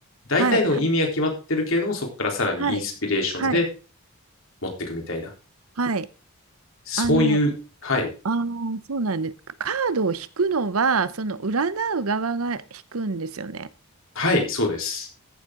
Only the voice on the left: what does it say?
大体の意味は決まってるけれども、
そこからさらにインスピレーションで
持っていくみたいな。
そういう、
はい。
はい、そうです。